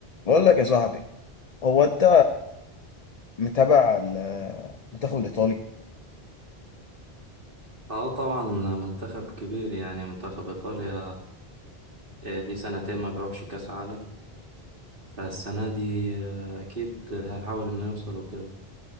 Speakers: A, on the left (about 40°); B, on the right (about 55°).
A: بقول لك يا صاحبي هو انت متابع ال- المنتخب الايطالي
B: اه طبعا منتخب كبير يعني منتخب ايطاليا آه، ليه سنتين ما بيروحش كاس عالم فالسنه دي آه، اكيد هحاول انه يوصل وكده